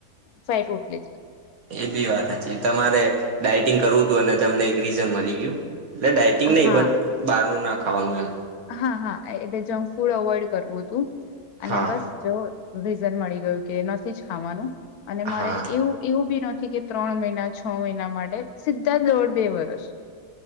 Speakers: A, on the left (about 80°); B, on the right (about 70°).
A: ફેટ ઉટલી
B: એ બી વાત તમારે ડાયટિંગ કરવું હતું અને તમને એક રીઝન મળી <inaudible> એટલે ડાયટિંગ નહ
A: હા
B: બટ બહાર નું નાખ ખાવાનું એમ
A: હા હા એટલે જંક ફૂડ અવોઈડ કરવું હતું અને
B: હા
A: બસ જો રીઝન મળી ગયું કે નથી જ ખાવાનું અને મારે
B: હા
A: એવું એવું બી નથી કે ત્રણ મહિના છ મહિના માટે સીધા દોઢ બે વર્ષ